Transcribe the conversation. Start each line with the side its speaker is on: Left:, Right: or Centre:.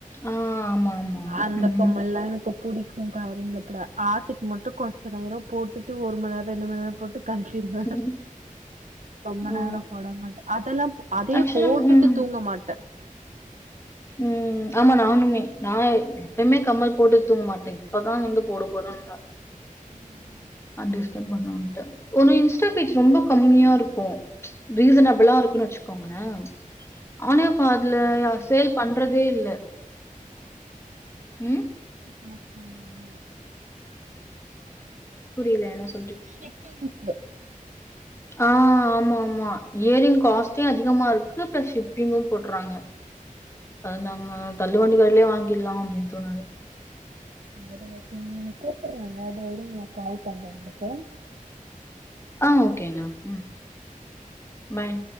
Left: ஆ, ஆமா, ஆமா.
Right: அந்த
Left: ம்.
Right: கொமல்லா எனக்கு புடிக்கு கவரிங்ல கூட ஆசைக்கு மட்டு கொஞ்ச நேரோ போட்டுட்டு ஒரு மணிநேர ரெண்டு மணி நேர போட்டு கல்டீர்வ
Left: ம்.
Right: ரொம்ப
Left: ஆ.
Right: நேர போட மாட்டே அதெல்லா ப் அதே
Left: ஆக்சுவலா
Right: போட்டுட்டு
Left: ம்.
Right: தூங்க மாட்டே
Left: ம் ஆமா நானுமே நா எப்யுமே கம்மல் போட்டு தூங்க மாட்டே இப்பதா வந்து போட போறன் றா
Right: ம்
Left: அன்ரிஸ்டர் பண்ணனுன்ட்டு ஒரு இன்ஸ்டா பேஜ் ரொம்ப கம்மியா இருக்கு ரீசனபிளா இருக்குன்னு வெச்சு கோங்கள அவனேப்பதுல யார் சொ பண்றதே இல்ல ம்
Right: <inaudible>
Left: புரியல என்னசொ
Right: ஷிப்பிங் <unintelligible>
Left: ஆ ஆமா மா இயரிங் காஸ்ட்டே அதிகமா இருக் க்கு பிளஸ் ஷிபிங்கு போட்றாங்க அ நாங்க தள்ளுவண்டி கடயிலே வாங் ல்லாம் அப்படின் தோனாது
Right: வேற ஓகேங்க கூப்பிடுறாங்க இதோ யிருங்கற கால் பண்றேன் உங்களுக்கு
Left: ஆஹ் ஓக்கேங்க ம் பாய்